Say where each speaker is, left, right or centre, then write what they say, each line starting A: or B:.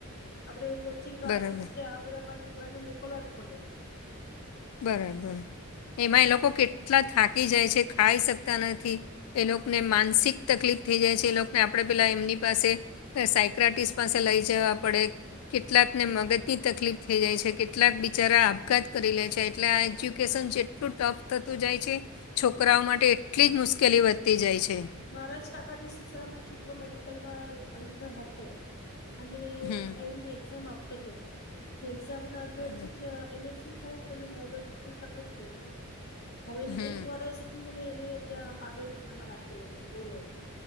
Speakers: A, on the left; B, on the left.
A: આપણે. જેમ કે ક્લાસીસ
B: બરાબર
A: છે આપડા છોકરાને મોકલવા જ પડે.
B: બરાબર એમાં એ લોકો કેટલા થાકી જાય છે ખાઈ શકતા નથી એ લોકોને માનસિક તકલીફ થઈ જાય છે એ લોકોને આપણે પેલા એમની પાસે. સાયક્રટિસ પાસે લઇ જવા પડે. કેટલાકને મગજ થી તકલીફ થઇ જાય છે. કેટલાક બિચારા આપઘાત કરી લે છે. એટલે આ એજ્યુકેશન જેટલું ટફ થતું જાય છે. છોકરાઓ માટે એટલી જ મુશ્કેલી વધતી જાય છે.
A: મારા જ કાકાજી સસરાનો છોકરો મેડિકલમાં આવી રીતના હતો. અને
B: હમ
A: એની એક્ઝામ આપતો હતો. એક્ઝામ ના તો
B: બરાબર
A: વચ્ચે જ એને શું થાયું હતું એનું મગજ તકલીફ થઈ ગઈ. હવે
B: હમ
A: એક વરસ થી ને એને ત્યાં પાગલખાનામાં રાખેલો છે બોલો.